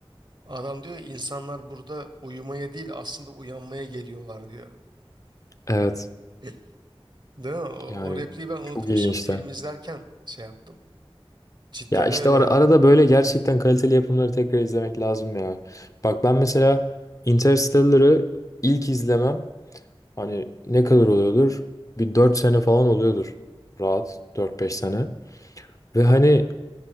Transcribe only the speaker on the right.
adam diyor insanlar burada uyumaya değil aslında uyanmaya geliyorlar diyor
<laughs> değil mi o,
o repliği ben unutmuşum
film izlerken şey yaptım Cidden
öyle
yani.